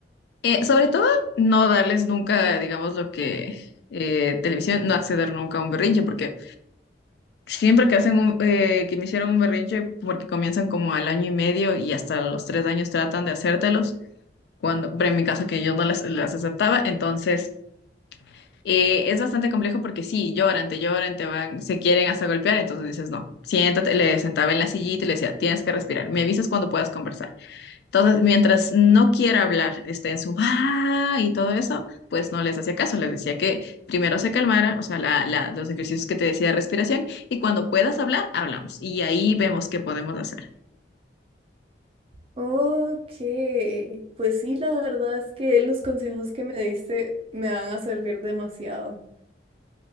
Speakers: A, on the left; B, on the right.
A: Eh, sobre todo, no darles nunca, digamos, lo que eh, televisión, no acceder nunca a un berrinche, porque Siempre que hacen un, eh, que me hicieron un berrinche, porque comienzan como al año y medio y hasta los tres años tratan de hacértelos, cuando, pero en mi caso que yo no las, las aceptaba, entonces eh, es bastante complejo porque sí, lloran, te lloran, te van, se quieren hasta golpear, entonces dices no, siéntate, le sentaba en la sillita y le decía, tienes que respirar, me avisas cuando puedas conversar. Entonces, mientras no quiera hablar, esté en su ¡ah! y todo eso, pues no les hacía caso. Les decía que primero se calmara, o sea, la- la- los ejercicios que te decía de respiración, y cuando puedas hablar, hablamos. Y ahí vemos qué podemos hacer.
B: Ok, pues sí, la verdad es que los consejos que me diste me van a servir demasiado,